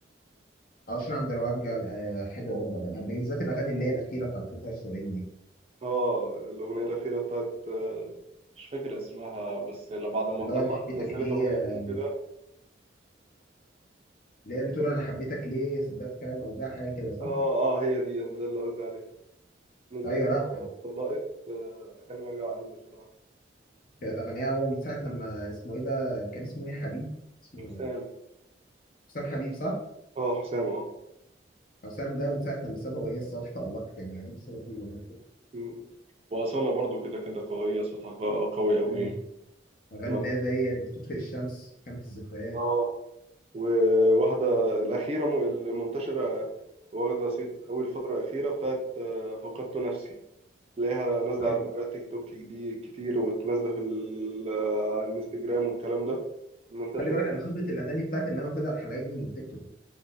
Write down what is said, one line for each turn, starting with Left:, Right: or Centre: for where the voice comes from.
Left: عشان عبد الوهاب جا- آه حلوه برضه اغاني بالذات الاغاني اللي هي الاخيره بتاعت 73 دي
Right: اه الأغنية الأخيرة بتاعت آه، مش فاكر اسمها بس اللي بعد ما
Left: اللي
Right: اتطلقت
Left: هو انا حبيتك
Right: نزلت
Left: ليه
Right: أغنيتين
Left: آه،
Right: كده
Left: اللي هي بتقول انا حبيتك ليه صدقت كلام اوجاع حاجه كده صح؟
Right: اه اه هي دي ده اللي قصدي عليه نزلت
Left: ايوه لا
Right: بعد ما اتطلقت آه، أغاني وجع قلب بصراحة
Left: كانت أغنية هو من ساعة لما اسمه إيه ده كان اسمه إيه حبيب اسمه
Right: حسام
Left: حسام حبيب صح؟
Right: اه حسام اه
Left: حسام ده من ساعة لما سابها وهي الصراحة تألقت يعني نفسي كل جميل
Right: م. وأصالة برضو كده كده قوية صوتها قو- قوي أوي
Left: مم. أغاني
Right: ما-
Left: اللي هي زي لا تطفئ الشمس خانة الذكريات
Right: اه وواحدة الأخيرة م- المنتشرة واخدة صيت أول فترة الأخيرة بتاعت آه، فقدت نفسي تلاقيها نازلة
Left: أيوة.
Right: على فيديوهات تيك توك دي كتير وتنازلة في ال- آه، على الانستجرام والكلام ده منتشرة
Left: خلي بالك أنا خبرة الأغاني بتاعتي اللي أنا واخدها الحلقات دي من التيك توك